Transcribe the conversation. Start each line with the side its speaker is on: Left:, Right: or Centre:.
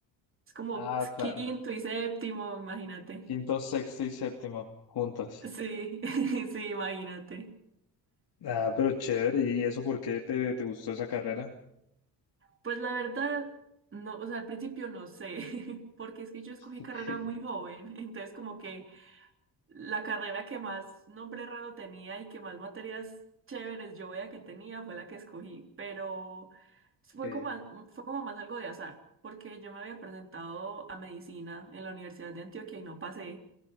Right: es como
Left: Ah, claro.
Right: quinto y séptimo, imagínate.
Left: Quinto, sexto y séptimo, juntos.
Right: Sí, <laughs> sí, imagínate.
Left: Ah, pero chévere. ¿Y eso por qué te, te gustó esa carrera?
Right: Pues la verdad, no, o sea, al principio no sé, <laughs> porque es que yo escogí
Left: <laughs>
Right: carrera muy joven, entonces como que la carrera que más nombre raro tenía y que más materias chéveres yo veía que tenía fue la que escogí, pero fue
Left: Ok,
Right: como, a- fue como más algo de azar, porque yo me había presentado a medicina en la Universidad de Antioquia y no pasé,